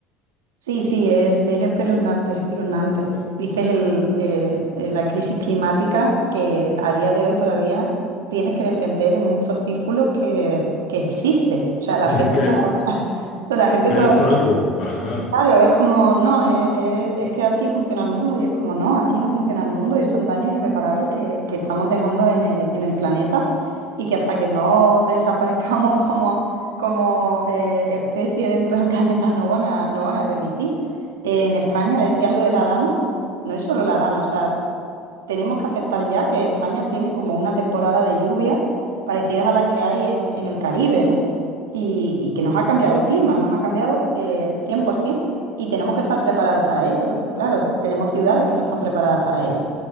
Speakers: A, on the right (about 80°); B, on the left (about 60°).
A: Sí, sí, es, es espeluznante, es espeluznante. Dices el, eh, eh, la crisis climática que a día de hoy todavía tienes que defender en muchos círculos que, que existe. O sea, la
B: <laughs>
A: gente,
B: Que,
A: <laughs> la gente
B: que
A: todavía...
B: es algo, ajá.
A: Claro, es como, no, es, es- es que así funciona el mundo y es como, no, así no funciona el mundo y son daños irreparables que, que estamos dejando en el, en el planeta y que hasta que no <laughs> desaparezcamos como, como eh, especie dentro del planeta no van a, no van a remitir. En España, decías lo de la Dana, no es solo la Dana, o sea, tenemos que aceptar ya que España tiene como una temporada de lluvias parecidas a las que hay en, en el Caribe, ¿no? y, y que nos ha cambiado el clima, nos ha cambiado eh, 100% y tenemos que estar preparados para ello. Claro, tenemos ciudades que no están preparadas para ello.